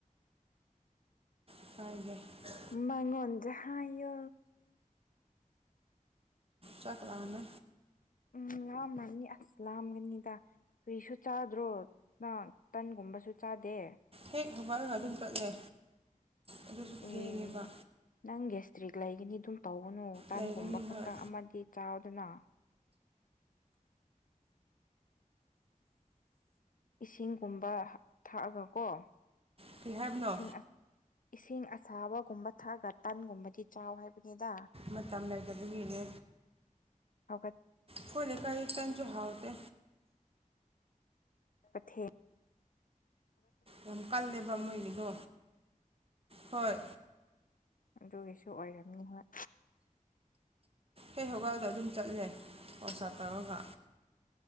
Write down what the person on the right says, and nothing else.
<unintelligible>
ꯆꯀꯂꯥꯡꯅ
ꯍꯦꯛ ꯈꯕꯥꯜꯒ ꯑꯗꯨꯝ ꯆꯠꯂꯦ ꯑꯗꯨꯁꯨ
ꯊꯦꯡꯉꯦꯕ
ꯂꯩꯒꯅꯤ
ꯍꯣꯏ
ꯀꯔꯤ ꯍꯥꯏꯕꯅꯣ
ꯃꯇꯝ ꯂꯩꯇꯥꯕꯒꯤꯅꯦ
ꯑꯈꯣꯏ ꯂꯩꯀꯥꯏꯒꯤ ꯇꯟꯁꯨ ꯍꯥꯥꯎꯇꯦ
ꯌꯥꯝ ꯀꯜꯂꯦꯕ ꯃꯣꯏꯒꯤꯗꯣ ꯍꯣꯏ
ꯍꯩ ꯍꯧꯒꯥꯥꯎꯗ ꯑꯗꯨꯝ ꯆꯠꯂꯦ ꯋꯥꯆꯞ ꯇꯧꯔꯒ